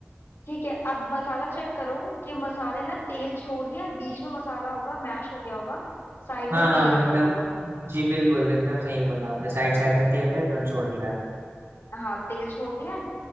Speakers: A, on the left; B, on the right.
A: ठीक है अब मसाला चेक करो कि मसाले ना तेल छोड़ दिया है, बीच में मसाला होगा मैश हो गया होगा साइड
B: हाँ
A: में
B: हाँ
A: तेल आ
B: मतलब
A: गया होगा
B: जी बिल्कुल एकदम सही बोला आपने साइड साइड में तेल है एकदम छोड़ दिया
A: हाँ तेल छोड़ दिया है